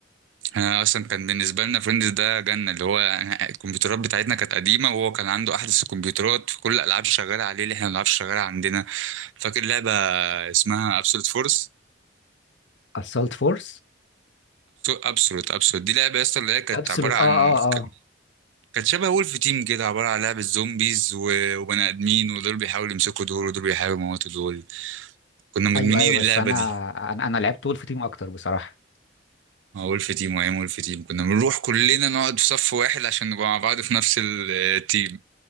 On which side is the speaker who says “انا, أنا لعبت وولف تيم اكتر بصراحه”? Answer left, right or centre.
Left